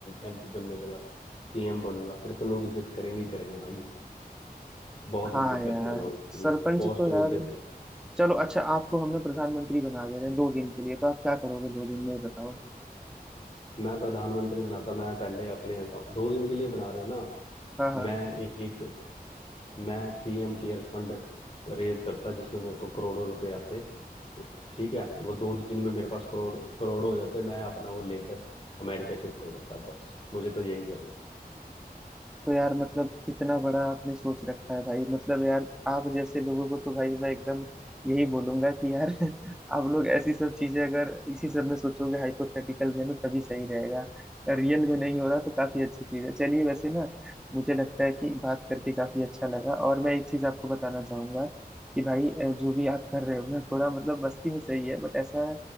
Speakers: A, on the left (about 35°); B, in the centre.
A: एमपी बनने के बाद सीएम बनूंगा फिर तो लोग इज्जत करेंगे ही करेंगे भाई बहुत
B: हाँ
A: इज्जत
B: यार
A: करते हैं लोग
B: सरपंच
A: पोस्ट
B: तो
A: को
B: यार
A: इज्जत
B: चलो अच्छा आपको हमने प्रधानमंत्री बना दे रहे हैं दो दिन के लिए तो आप क्या करोगे दो दिन में ये बताओ
A: मैं प्रधानमंत्री बनाता मैं पहले अपने अकाउंट दो दिन के लिए बना रहे हो ना आप
B: हाँ हाँ
A: मैं एक मैं पीएम केयर फंड रेज करता जिसमें मेरे को करोड़ों रुपए आते ठीक है वो दो दिन में मेरे पास करोड़ करोड़ हो जाते मैं अपना वो लेकर अमेरिका शिफ्ट हो जाता बस मुझे तो यही करना है
B: तो यार मतलब इतना बड़ा आपने सोच रखा है भाई मतलब यार आप जैसे लोगों को तो भाई मैं एकदम यही बोलूंगा कि यार <laughs> आप लोग ऐसी सब चीजें अगर इसी सब में सोचोगे हाइपोथेटिकल में ना तभी सही रहेगा रियल में नहीं हो रहा तो काफी अच्छी चीज है चलिए वैसे ना मुझे लगता है कि बात करके काफी अच्छा लगा और मैं एक चीज आपको बताना चाहूंगा कि भाई अ, जो भी आप कर रहे हो ना थोड़ा मतलब मस्ती में सही है बट ऐसा